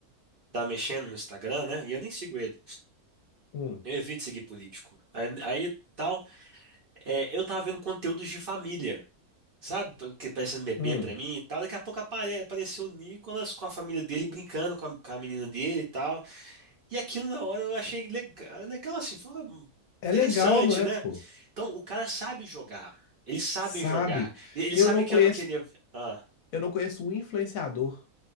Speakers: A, on the right; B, on the left.
A: tava mexendo no Instagram, né? E eu nem sigo ele.
B: Hum,
A: Eu evito seguir político. Aí, aí, tal, é, eu tava vendo conteúdos de família, sabe? O que parece um bebê
B: hum.
A: pra mim e tal. Daqui a pouco apare- apareceu o Nicolas com a família dele brincando com a, com a menina dele e tal. E aquilo na hora eu achei legal, legal assim, foi
B: É
A: interessante,
B: legal, não é,
A: né?
B: pô?
A: Então o cara sabe jogar. Eles sabem
B: Sabe?
A: jogar. E Eles
B: Eu
A: sabem
B: não
A: que
B: conheço
A: eu não queria. Ah,
B: Eu não conheço um influenciador